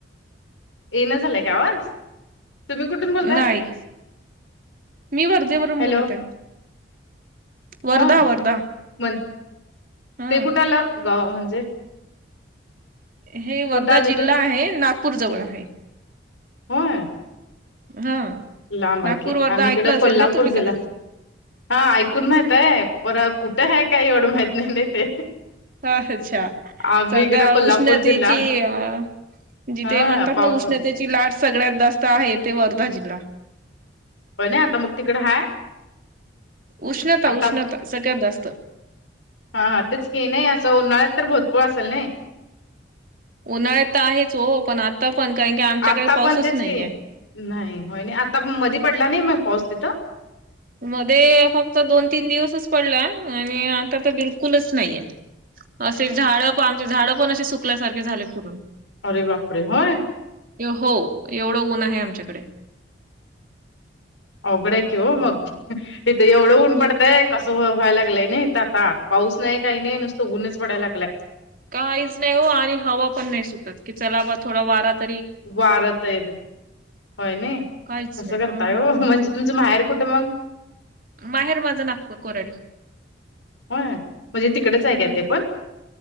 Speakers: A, on the left; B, on the right.
A: येन झालंय का आवाज तुम्ही कुठून बोलताय
B: नाही. मी वर्धेवरून
A: हॅलो
B: बोलत आहे वर्धा
A: हो
B: वर्धा.
A: म्हण
B: हा
A: ते कुठलं गाव म्हणजे
B: हे
A: कुठं
B: वर्धा
A: आलं
B: जिल्हा
A: ते
B: आहे नागपूर जवळ आहे
A: होय.
B: हा
A: लांब हाय
B: नागपूर
A: कीआम्ही
B: वर्धा
A: इकडं
B: ऐकलं
A: कोल्हापूर
B: असेल ना तुम्ही
A: जिल्हा.
B: कदाचित
A: हा ऐकून माहित आहे पर कुठं आहे काय एवढं माहित नाही नाही ते
B: अच्छा
A: आम्ही
B: सध्या
A: इकडे कोल्हापूर
B: उष्णतेची
A: जिल्हा
B: अ जिथे
A: हा
B: म्हणतात
A: पावस
B: ना उष्णतेची लाट सगळ्यात जास्त आहे ते वर्धा जिल्हा
A: पण नाही आता मग तिकड हाय
B: उष्णता
A: आता
B: उष्णता सगळ्यात जास्त
A: हा हा तेच क नाही असं उन्हाळ्यात तर भरपुर असेल नाही
B: उन्हाळ्यात आहेच हो पण आता <inaudible>
A: आता
B: पाऊसच
A: पण तेच
B: नाहीये
A: की नाही होय नाही आताण मधी पडला नाही मग पाऊस तिथं
B: मध्ये फक्त दोन तीन दिवसच पडला आणि आता तर बिलकुलच नाही हाय. असे झाड पण आमचे झाडं पण असे सुकल्यासारखे झाले पूर्ण
A: अरे बापरे होय
B: हो एवढं ऊन आहे आमच्याकडे
A: अवघड आहे कि हो
B: हं.
A: मग तिथं एवढं ऊन
B: खूप
A: पडतंय कस व्हायला लागलंय ना आता पाऊस नाही काही नाही नुसत ऊनच पडयला लागलाय.
B: काहीच नाही हो आणि हवा पण नाही सुटत की चला बा थोडा वारा <inaudible>
A: वारं तर होय नाही
B: काहीच
A: कसं
B: नाही
A: करताय
B: अ ह
A: हो म्हणजे तुमचं माहेर कुठं मग
B: माहेर माझं नागपूर कोराडी
A: हो म्हणजे तिकडेच हाय
B: हम्म
A: का ते पण